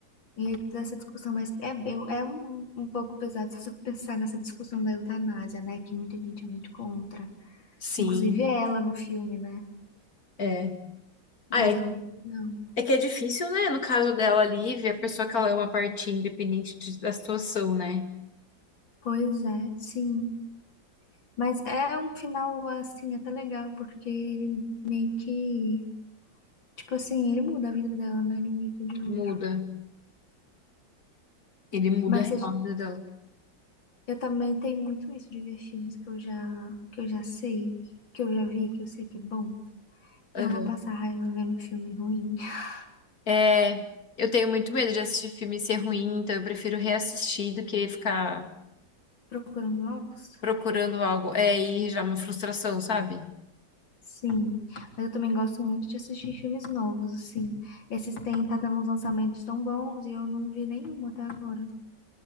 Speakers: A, on the left (about 85°); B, on the left (about 50°).
A: E aí toda essa discussão, mas é, eu- é um, um pouco pesado se você pensar nessa discussão da eutanásia, né? Que muita gente é muito contra.
B: Sim,
A: Inclusive ela no filme, né?
B: é.
A: Mas
B: Ah, é,
A: é muito legal.
B: é que é difícil, né? No caso dela, a Lívia, a pessoa que ela é uma parte independente de- da situação, né?
A: Pois é, sim. Mas é um final, assim, até legal, porque ele meio que. Tipo assim, ele muda a vida dela, né? De um jeito ou de outro.
B: Muda. Ele muda
A: Mas
B: a realidade
A: a
B: dela.
A: eu também tenho muito isso de ver filmes que eu já, que eu já sei, que eu já vi, que eu sei que é bom.
B: Aham.
A: Eu não vou passar raiva vendo filme ruim. <laughs>
B: É, eu tenho muito medo de assistir filme e ser ruim, então eu prefiro reassistir do que ficar
A: Procurando novos?
B: procurando algo. É, e já é uma frustração, sabe?
A: Sim. Mas eu também gosto muito de assistir filmes novos, assim. Esses têm, tá tendo uns lançamentos tão bons e eu não vi nenhum até agora.